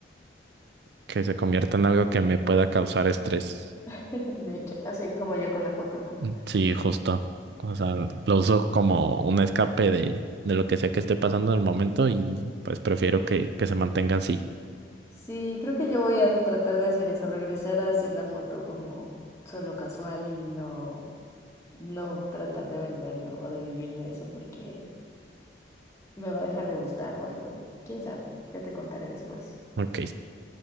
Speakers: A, on the right (about 60°); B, on the left (about 15°).
A: que se convierta en algo que me pueda causar estrés.
B: <laughs> De hecho, así como yo con la foto, ¿no?
A: Mm, Sí, justo. O sea, lo uso como un escape de, de lo que sea que esté pasando en el momento y pues prefiero que, que se mantenga así.
B: Sí, creo que yo voy a tratar de hacer eso, regresar a hacer la foto como solo casual y no, no tratar de venderlo o de vivir de eso porque me va a dejar de gustar o algo. ¿Quién sabe? Ya te contaré después.
A: Ok.